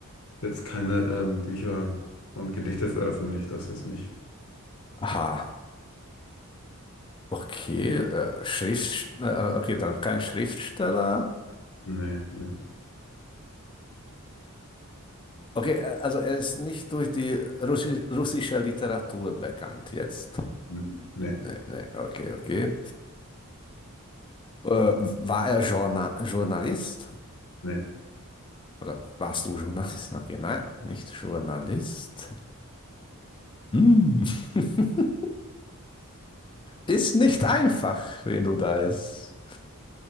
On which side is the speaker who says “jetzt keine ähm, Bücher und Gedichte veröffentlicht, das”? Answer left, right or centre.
Left